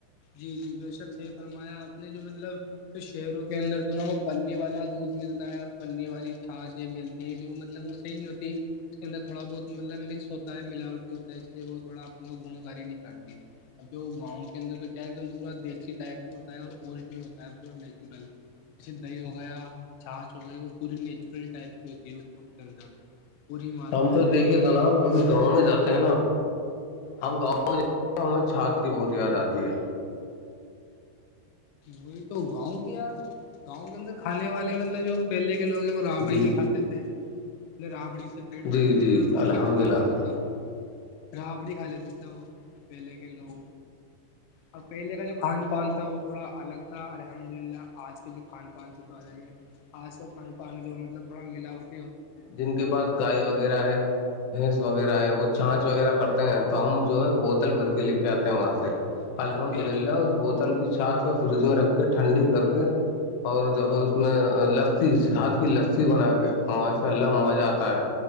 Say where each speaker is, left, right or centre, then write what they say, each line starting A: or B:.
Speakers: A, on the left; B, on the left.
A: جی جی بے شک صحیح فرمایا آپ نے جو مطلب تو شہروں کے اندر تو نا وہ پنی والا دودھ ملتا ہے اور پنی والی چھاچ یہ مل یہ جو مطلب وہ صحیح نہیں ہوتی اس کے اندر تھوڑا بہت مطلب مکس ہوتا ہے ملاوٹی ہوتا ہے اس لیے وہ تھوڑا اپ کو گنکاری نہیں کرتی <unintelligible> اب جو گاؤں کے اندر تو کیا ایک دم پورا دیسی ٹائپ کا ہوتا ہے اورٹ ہوتا ہے پورا <unintelligible> جیسے دہی ہو گیا چھاچ ہو گئی وہ پوری نیچورل ٹائپ کی ہوتی ہے اس کو کے اندر پوری ماترا
B: ہم تو
A: ہوتی
B: دیکھے
A: ہے
B: جناب کبھی گاؤں میں جاتے ہیں نا ہم گاؤں میں ج تو ہمیں چھات کی بہت یاد آتی ہے
A: وہی تو گاؤں کے یار گاؤں کے اندر کھانے والے مطلب جو پہلے کے لوگ ہیں وہ رابڑی
B: جی
A: ہی کھاتے
B: جی
A: تھے اپ رابڑی سے پیٹ بھرھتے
B: جی
A: تھا
B: جی
A: مطلب روٹی
B: الحمد
A: تو کم
B: للہ
A: کھات تھ رابڑی کھا لیتے تھے وہ پہلے کے لوگ اور پہلے کا جو کھان پان تھا وہ تھوڑا الگ تھا الحمد للہ آج کے جو کھان پان سے تو الگ ہے خاص کر کھان پان جو مطلب تھوڑا ملاوٹ
B: جن کے پاس گائے وغیرہ ہے بھینس وغیرہ ہے وہ چھانچ وغیرہ کرتے ہیں تو ہم جو ہے بوتل بھر کے لے کے آتے ہیں وہاں سے الحمد
A: بے
B: للہ
A: شک،
B: اس بوتل کی چھات اس فریج میں رکھ کے ٹھنڈی کر کے اور جو ہے اس میں لسی ہج کی لسی بنا کے ماش لم مزہ آتا ہے